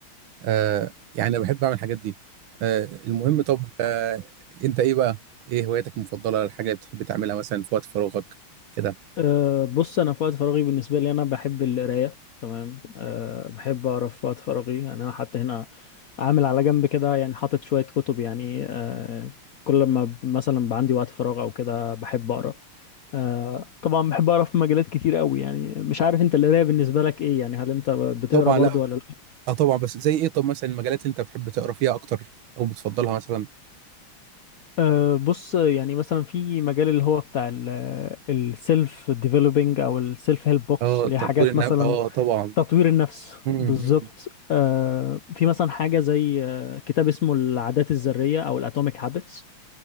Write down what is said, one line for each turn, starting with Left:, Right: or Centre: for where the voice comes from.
Right: آه يعني انا بحب اعمل الحاجات دي آه المهم طب آه انت ايه بقى ايه هواياتك المفضله الحاجه اللي بتحب تعملها مثلا في وقت فراغك كده
Left: أه بص انا في وقت فراغي بالنسبه لي انا بحب القرايه تمام أه بحب اقرا في وقت فراغي يعني انا حتى هنا عامل على جنب كده يعني حاطط شويه كتب يعني أه كل ما ب- مثلا بقى عندي وقت فراغ او كده بحب اقرا أه طبعا بحب اقرا في مجالات كتير قوي يعني مش عارف انت القرايه بالنسبه لك ايه يعني هل انت ب- بتقرا
Right: طبعا
Left: برضو
Right: لا
Left: ولا لا
Right: اه طبعا بس زي ايه طب مثلا المجالات اللي انت بتحب تقرا فيها اكتر او بتفضلها مثلا
Left: أه بص يعني مثلا في مجال اللي هو بتاع السيلف ديفلوبينج او السيلف هيلب بوكس
Right: اه
Left: اللي هي
Right: تطوير
Left: حاجات
Right: النفس
Left: مثلا
Right: اه طبعا
Left: تطوير النفس
Right: امم
Left: بالظبط
Right: امم
Left: آه، في مثلا حاجة زي آه، كتاب اسمه العادات الذرية أو الأتوميك هابتس